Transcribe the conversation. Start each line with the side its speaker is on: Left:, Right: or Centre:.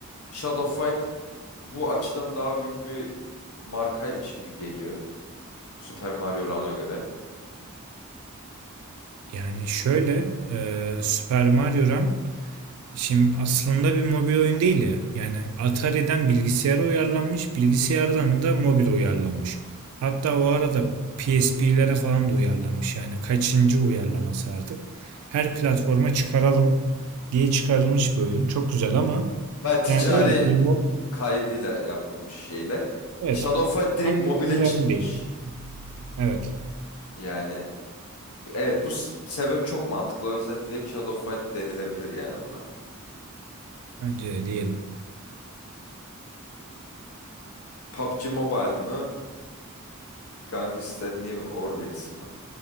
Left: Shadow Fight bu açıdan daha büyük bir markaymış gibi geliyor Super Mario Run'a göre.
Right: Yani şöyle e, Super Mario Run Şimdi aslında bir mobil oyun değil ya. Yani Atari'den bilgisayara uyarlanmış, bilgisayardan da mobil uyarlanmış. Hatta o arada PSP'lere falan da uyarlanmış. Yani kaçıncı uyarlaması artık. Her platforma çıkaralım diye çıkarılmış bir oyun. Çok güzel ama
Left: Baya ticari
Right: yani öyle bir mo
Left: e, kaygıyla yapılmış şeyler.
Right: evet
Left: Shadow Fight direkt
Right: tam
Left: mobile
Right: bir mobil
Left: çıkmış.
Right: oyun değil. Evet.
Left: Yani Evet bu s- sebep çok mantıklı. O yüzden direkt Shadow Fight denilebilir yani buna.
Right: Bence de diyelim.
Left: PUBG Mobile mı? Gangster New Orleans mı?